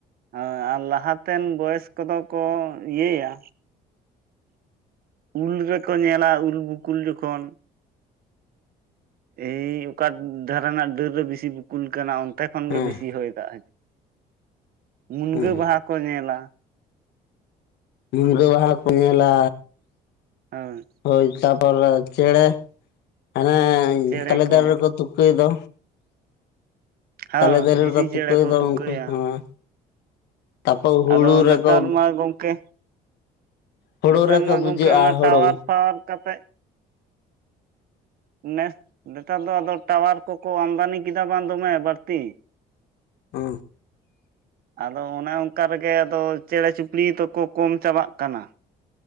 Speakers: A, on the right (about 60°); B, on the left (about 80°).
A: ᱦᱮᱸ ᱟᱨ ᱞᱟᱦᱟᱛᱮᱱ ᱵᱚᱭᱮᱥ ᱠᱚᱫᱚ ᱠᱚ ᱤᱭᱟᱹᱭᱟ ᱩᱞ ᱨᱮᱠᱚ ᱧᱮᱞᱟ ᱩᱞ ᱵᱩᱠᱩᱞ ᱡᱚᱠᱷᱚᱱ ᱮᱭ ᱚᱠᱟ ᱫᱷᱟᱨᱮ ᱨᱮᱱᱟᱜ ᱰᱟᱹᱨ ᱨᱮ ᱵᱤᱥᱤ ᱵᱩᱠᱩᱞ ᱠᱟᱱᱟ ᱚᱱ ᱚᱱᱛᱮ ᱠᱷᱚᱱ
B: ᱦᱮᱸ
A: ᱜᱮ ᱵᱮᱥᱤ ᱦᱚᱭ ᱫᱟᱜ ᱦᱤᱡᱩᱜᱼᱟ ᱢᱩᱱᱜᱟᱹ
B: ᱦᱮᱸ
A: ᱵᱟᱦᱟ ᱠᱚ ᱧᱮᱞᱟ
B: ᱢᱩᱱᱜᱟᱹ ᱵᱟᱦᱟ ᱠᱚ ᱧᱮᱞᱟ
A: ᱦᱩᱸ
B: ᱦᱳᱭ ᱛᱟᱯᱚᱨᱮ ᱪᱮᱸᱲᱮ ᱦᱟᱱᱮ
A: ᱪᱮᱬᱮ
B: ᱛᱟᱞᱮ
A: ᱠᱚ
B: ᱫᱟᱨᱮ ᱨᱮᱠᱚ ᱛᱩᱠᱟᱹᱭ ᱫᱚ
A: ᱦᱳᱭ
B: ᱛᱟᱞᱮ ᱫᱟᱨᱮ
A: ᱦᱤᱸᱥᱤ
B: ᱨᱮᱠᱚ
A: ᱪᱮᱬᱮ
B: ᱛᱩᱠᱟᱹᱭ
A: ᱠᱚ
B: ᱫᱚ
A: ᱛᱩᱠᱟᱹᱭᱟ
B: ᱩᱱᱠᱩ ᱦᱚᱸ ᱛᱟᱯᱚᱨ ᱦᱩᱲᱩ
A: ᱟᱫᱚ
B: ᱨᱮᱠᱚ
A: ᱱᱮᱛᱟᱨ ᱢᱟ ᱜᱚᱢᱠᱮ
B: ᱦᱩᱲᱩ
A: ᱱᱮᱛᱟᱨ
B: ᱨᱮᱠᱚ
A: ᱢᱟ
B: ᱵᱩᱡᱷᱟᱹᱜᱼᱟ
A: ᱜᱚᱢᱠᱮ ᱚᱱᱟ
B: ᱦᱩᱲᱩ
A: ᱴᱟᱣᱟᱨ ᱯᱟᱣᱟᱨ ᱠᱟᱛᱮᱫ ᱱᱮᱥ ᱱᱮᱛᱟᱨ ᱫᱚ ᱟᱫᱚ ᱴᱟᱣᱟᱨ ᱠᱚᱠᱚ ᱟᱢᱫᱟᱱᱤ ᱠᱮᱫᱟ ᱵᱟᱝ ᱫᱚᱢᱮ ᱵᱟᱹᱲᱛᱤ
B: ᱚ
A: ᱟᱫᱚ ᱚᱱᱮ ᱚᱱᱠᱟ ᱨᱮᱜᱮ ᱟᱫᱚ ᱪᱮᱬᱮ ᱪᱩᱯᱲᱤ ᱫᱚᱠᱚ ᱠᱚᱢ ᱪᱟᱵᱟᱜ ᱠᱟᱱᱟ